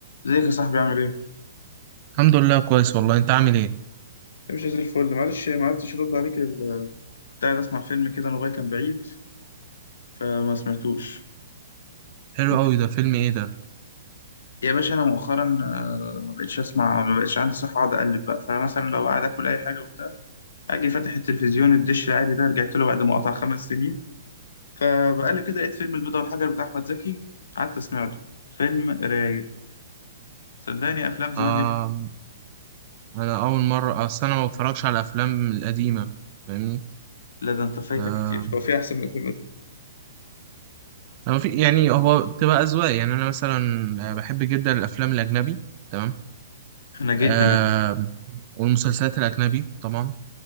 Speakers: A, on the left (about 80°); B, on the right (about 35°).
A: ازيك يا صاحبي عامل ايه؟
B: الحمد لله كويس والله انت عامل ايه
A: مش زي الفل معلش ما عرفتش ارد عليك ال- كنت قاعد اسمع فيلم كده الموبايل كان بعيد فما سمعتوش
B: حلو
A: انت
B: قوي ده فيلم ايه ده
A: يا باشا انا مؤخرا آه، ما بقتش اسمع ما بقتش عندي صحة اقعد اقلب بقى فانا مثلا لو قاعد اكل اي حاجة وبتاع اجي فاتح التلفزيون الدش العادي ده رجعت له بعد ما قطع خمس سنين فبقلب كده لقيت فيلم البيضة والحجر بتاع احمد زكي قعدت سمعته فيلم رايق صدقني افلام
B: آه
A: زمان دي
B: انا اول مره اصل انا ما بتفرجش على الافلام القديمه فاهمني
A: لا ده انت فايتك
B: آه
A: كتير هو في احسن من الافلام القديمة
B: أنا في يعني هو بتبقى اذواق يعني انا مثلا آه، بحب جدا الافلام الاجنبي تمام
A: انا جدا
B: آه والمسلسلات الاجنبي طبعا